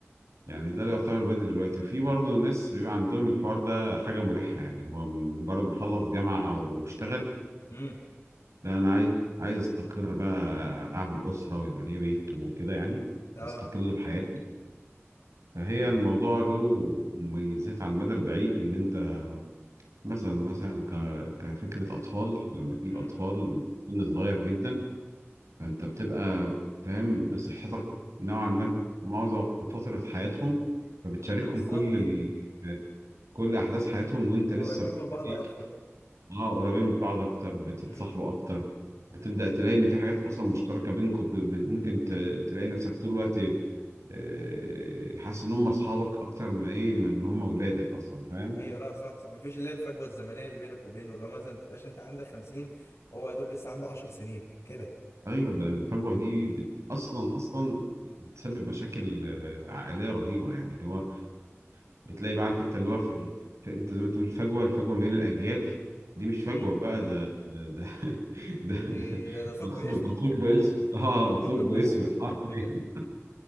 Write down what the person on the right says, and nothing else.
يعني ده اللي يعتبر بدري دلوقتي وفي برضه ناس بيبقى عندهم الحوار ده حاجة مريحة يعني هو مجرد ما خلص جامعة واشتغل
لا أنا عايز عايز أستقر بقى أعمل أسرة ويبقى ليا بيت وكده يعني
وأستقل بحياتي فهي الموضوع له مميزات على المدى البعيد إن أنت مثلا مثلا ك- كفكرة أطفال لما تجيب
أطفال سن صغير جدا فأنت بتبقى فاهم بصحتك نوعا ما معظم فترة حياتهم فبتشاركهم
كل ال... كل احداث حياتهم وانت
لسه
ب-
إيه؟
اه قريبين من بعض اكتر بتتصاحبوا
اكتر بتبدا تلاقي ان في حاجات اصلا مشتركه بينكم ب- ب- ممكن ت- تلاقي نفسك طول الوقت آه، حاسس ان هم اصحابك اكتر ما ايه ما ان هم ولادك اصلا فاهم
ايوه ده الفجوه دي بت... اصلا اصلا بتسبب مشاكل آه، عائليه رهيبه يعني اللي هو بتلاقي بقى عارف انت اللي هو في ال... في انت زي ما تقول الفجوه الفجوه ما بين الاجيال دي مش فجوه
بقى ده ده ده <laughs> ده
ده
ثقب ده ثقب اسود اه
ثقب اسود حرفيا